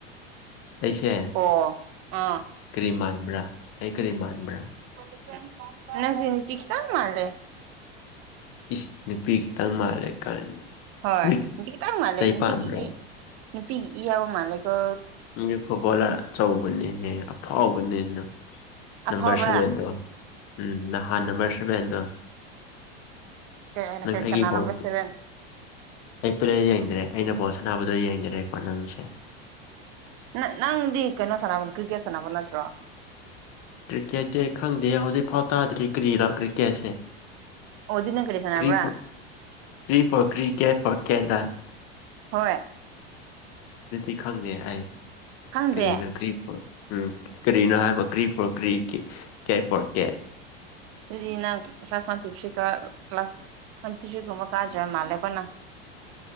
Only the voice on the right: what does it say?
ꯑꯣ ꯑꯥ
<unintelligible> ꯅꯪꯁꯤ ꯅꯨꯄꯤ ꯈꯤꯠꯇꯪ ꯃꯥꯜꯂꯦ
ꯍꯣꯏ
ꯈꯤꯇꯪ ꯃꯥꯜꯂꯦ
ꯅꯨꯄꯤꯒꯤ
ꯏ ꯅꯨꯄꯤꯒꯤ ꯏ ꯌꯥꯎꯕ ꯃꯥꯜꯂꯦꯀꯣ
ꯑꯐꯥꯎꯕ꯭ꯔꯥ
ꯀꯔꯤ
ꯀꯅꯥ
ꯅꯝꯕꯔ ꯁꯚꯦꯟ
ꯅꯥ ꯅꯪꯗꯤ ꯀꯩꯅꯣ ꯁꯥꯟꯅꯕ ꯀ꯭ꯔꯤꯀꯦꯠ ꯁꯟꯅꯥꯕ ꯅꯠꯇ꯭ꯔꯣ
ꯑꯗꯨꯗꯤ ꯅꯪ ꯀꯔꯤ ꯁꯥꯟꯅꯕ꯭ꯔꯥ
ꯍꯣꯏ
ꯈꯪꯗꯦ
ꯑꯗꯨꯗꯤ ꯅꯪ ꯀ꯭ꯂꯥꯁ ꯋꯥꯟ ꯇꯨ ꯊ꯭ꯔꯤ ꯀꯥ ꯀ꯭ꯂꯥꯁ ꯋꯥꯟ ꯇꯨ ꯊ꯭ꯔꯤ ꯒꯨꯝꯕ ꯀꯥꯗ꯭ꯔ ꯃꯥꯜꯂꯦꯀꯣ ꯅꯪ